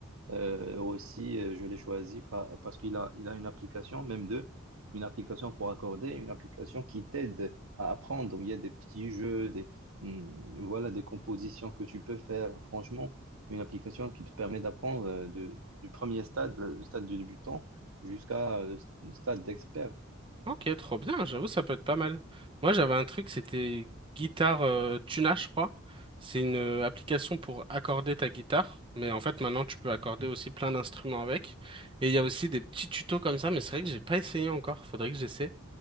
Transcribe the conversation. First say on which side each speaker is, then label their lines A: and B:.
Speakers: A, on the right; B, on the right.
A: Euh, aussi, euh, je l'ai choisi pa- parce qu'il a, il a une application, même deux, une application pour accorder, une application qui t'aide à apprendre. Il y a des petits jeux, des, hum, voilà, des compositions que tu peux faire. Franchement, une application qui te permet d'apprendre euh, de, du premier stade, le stade de débutant, jusqu'à euh, le stade d'expert.
B: Ok, trop bien, j'avoue, ça peut être pas mal. Moi, j'avais un truc, c'était Guitare euh, Tuna, je crois. C'est une euh, application pour accorder ta guitare, mais en fait, maintenant, tu peux accorder aussi plein d'instruments avec. Et il y a aussi des petits tutos comme ça, mais c'est vrai que j'ai pas essayé encore, faudrait que j'essaie.